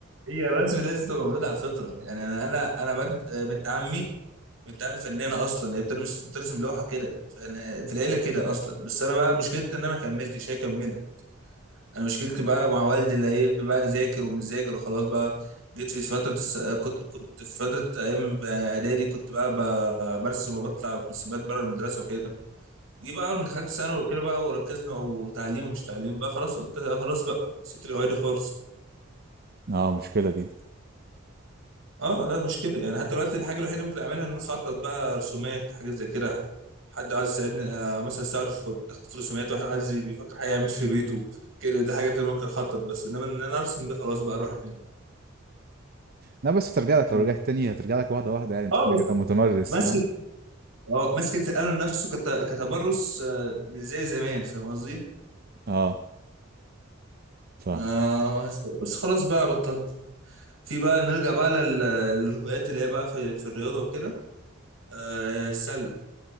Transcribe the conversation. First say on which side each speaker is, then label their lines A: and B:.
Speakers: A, on the right; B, on the right.
A: هي بس لازم تبقى مولود على الفطره يعني انا انا انا بنت بنت عمي بنت عمي فنانه اصلا هي بترسم بترسم لوحه كده فانا في العيله كده اصلا بس انا بقى مشكلتي ان انا ما كملتش هي كملت انا مشكلتي بقى مع والدي اللي ايه بقى ذاكر ومش ذاكر وخلاص بقى جيت في فتره الس... كنت كنت في فتره ايام اعدادي كنت بقى ب- برسم وبطلع في مسابقات بره المدرسه وكده جه بقى اول ما دخلت ثانوي وكده بقى وركزنا وتعليم ومش تعليم بقى خلاص قلت خلاص بقى سبت الاوعي دي خالص
B: اه مشكلة دي
A: اه لا مشكله يعني حتى دلوقتي الحاجه الوحيده اللي ممكن اعملها ان أنا اخطط بقى رسومات حاجات زي كده حد عايز يساعدني آه، مثلا استعرف في تخطيط رسومات واحد عايز بيفكر حاجه يعمل في بيته كده دي الحاجات اللي ممكن اخطط بس انما ان انا ارسم ده خلاص بقى راحت مني
B: لا بس هترجع لك
A: انت
B: لو رجعت تاني هترجع لك واحدة واحدة يعني انت
A: اه
B: كده
A: بس
B: كده متمرس
A: ماسكه
B: فاهم
A: اه ماسكه القلم نفسه كت... كتمرس آه، مش زي زمان فاهم قصدي؟
B: اه فاهم
A: آه بس خلاص بقى بطلنا في بقى نرجع بقى لل- للهوايات اللي هي بقى في, في الرياضه وكده آه السله